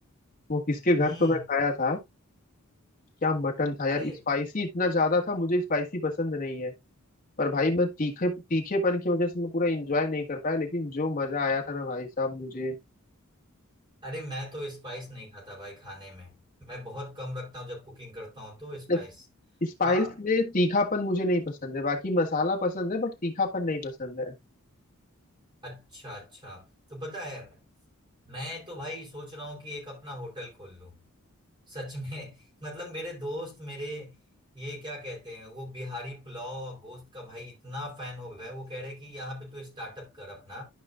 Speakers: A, on the left; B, on the right.
A: वो किसके घर
B: हम्म
A: तो मैं खाया था क्या मटन था यार
B: अरे
A: स्पाइसी इतना ज्यादा था मुझे स्पाइसी पसंद नहीं है पर भाई मैं तीखे तीखेपन की वजह से मैं पूरा एंजॉय नहीं कर पाया लेकिन जो मजा आया था ना भाई साहब मुझे
B: अरे मैं तो स्पाइस नहीं खाता भाई खाने में मैं बहुत कम रखता हूँ जब कुकिंग करता हूँ तो स्पाइस
A: देख स्पाइस
B: हाँ
A: में तीखापन मुझे नहीं पसंद है बाकी मसाला पसंद है बट तीखापन नहीं पसंद है
B: अच्छा अच्छा तो पता है मैं तो भाई सोच रहा हूँ कि एक अपना होटल खोल लूँ सच में <laughs> मतलब मेरे दोस्त मेरे ये क्या कहते हैं वो बिहारी पुलाव और गोश्त का भाई इतना फैन हो गया है, वो कह रहे हैं कि यहाँ पे तू स्टार्टअप कर अपना